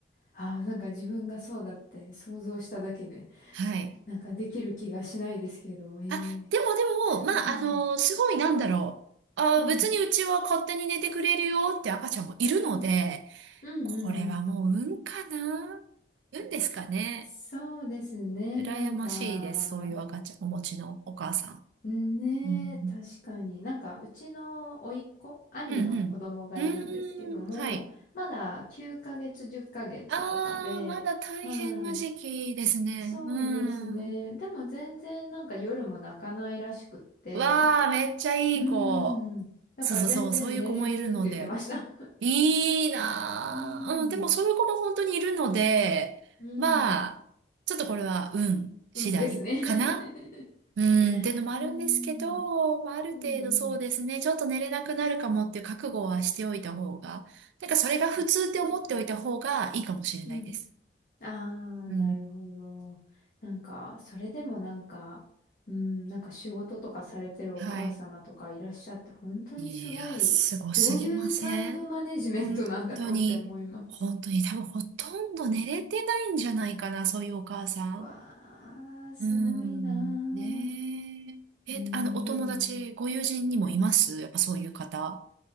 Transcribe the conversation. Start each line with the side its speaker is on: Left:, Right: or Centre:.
Left: ああ、なんか自分がそうだって想像しただけで、
Right: はい。
Left: なんかできる気がしないですけど、ええ
Right: あ、でもでも、
Left: すごい。
Right: まあ、あの、すごいなんだろう。あ、
Left: うん。
Right: 別にうちは勝手に寝てくれるよって赤ちゃんもいるので、
Left: うん。うんうんうん。
Right: これはもう運かな運ですかね。
Left: そうですね。
Right: 羨ましいです。
Left: なんか、
Right: そういう赤ちゃん、お持ちのお母さん。
Left: うんねえ、
Right: うん、
Left: 確かに。なんか、うちの甥っ子、兄の子供がいるんですけども、
Right: うん、うん。うーん、はい。
Left: まだ9ヶ月、10ヶ月とかで、
Right: あー、まだ大変な時期ですね。
Left: はい。そうですね。
Right: うん。
Left: でも全然なんか夜も泣かないらしくって、
Right: わー、めっちゃいい子。
Left: うーん。だから全然寝れるって言ってました。
Right: そうそうそう、そういう子もいるので。いいなぁ。
Left: <laughs> うーん。
Right: うん、でもそういう子も本当にいるので、
Left: うん。
Right: まあ、ちょっとこれは運次第かな
Left: うんですね。<laughs>
Right: うん、っていうのもあるんですけど、
Left: うーん。
Right: まあ、ある程度そうですね、
Left: うんうん。
Right: ちょっと寝れなくなるかもっていう覚悟はしておいた方が、なんかそれが普通って思っておいた方がいいかもしれないです。
Left: 確かに。うん。ああ、
Right: うん。
Left: なるほど。なんか、それでもなんか、うん、なんか仕事とかされてるお母様とかいらっしゃって、
Right: はい。
Left: 本当にすごい、
Right: いや、すごすぎません本当に、
Left: どういうタイムマネジメントなんだろうって思います。
Right: 本当に多分ほとんど寝れてないんじゃないかな、そういうお母さん。
Left: わあ、すごいな
Right: うーん、ねえ。
Left: ー。
Right: え、
Left: うん、
Right: あの、お友達、
Left: なん、
Right: ご友人にもいますやっぱそういう方。
Left: はい